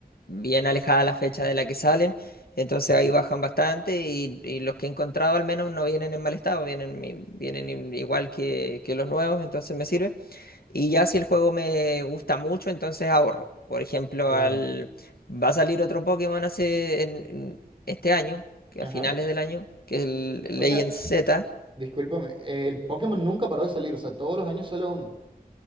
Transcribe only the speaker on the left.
bien alejada la fecha de la que salen, entonces ahí bajan bastante y, y los que he encontrado al menos no vienen en mal estado, vienen, i- vienen i- igual que, que los nuevos, entonces me sirve. Y ya si el juego me gusta mucho, entonces ahorro. Por ejemplo,
al, va a salir otro Pokémon hace en- en este año, que
a finales del año, que es el Legend
Z,